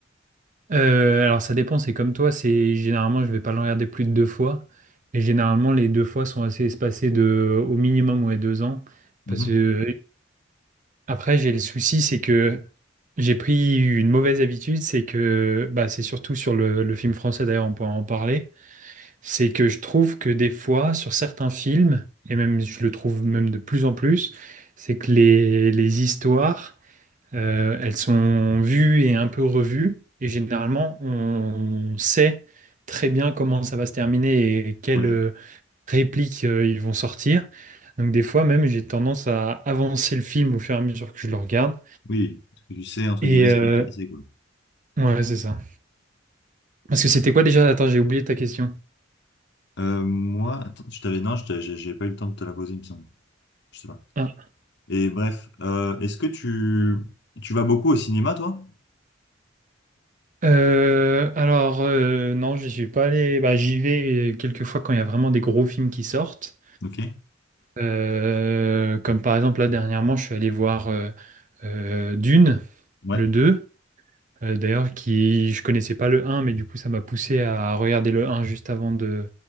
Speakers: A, on the right; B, on the left.
A: Heu, alors ça dépend, c'est comme toi, c'est généralement je vais pas le regarder plus de 2 fois et généralement les 2 fois sont assez espacées de au minimum, ouais, 2 ans
B: Mhm.
A: parce que après j'ai le souci, c'est que j'ai pris une mauvaise habitude, c'est que, bah, c'est surtout sur le le film français d'ailleurs, on pourra en parler, c'est que je trouve que des fois sur certains films et même je le trouve même de plus en plus, c'est que les les histoires euh, elles sont vues et un peu revues. Et généralement, on sait très bien comment ça va se terminer et quelles
B: Ouais,
A: euh, répliques euh, ils vont sortir. Donc des fois même, j'ai tendance à avancer le film au fur et à mesure que je le regarde.
B: oui, parce que tu sais, entre
A: Et
B: guillemets, ce
A: euh,
B: qui va se passer, quoi.
A: ouais, c'est ça. Parce que
B: Ouais.
A: c'était quoi déjà? Attends, j'ai oublié ta question.
B: Euh, moi, attends, je t'avais, non, je t'ai- j'ai j'ai pas eu le temps de te la poser, il me semble. Je sais pas.
A: Ah.
B: Et bref, euh, est-ce que tu, tu vas beaucoup au cinéma, toi?
A: Euh, alors, euh, non, je suis pas allé. Bah, j'y vais euh, quelques fois quand il y a vraiment des gros films qui sortent.
B: Ok.
A: Euh, comme par exemple, là, dernièrement, je suis allé voir euh, euh, Dune,
B: Ouais.
A: le deux. euh, d'ailleurs, qui je connaissais pas le un, mais du coup, ça m'a poussé à regarder le un juste avant de,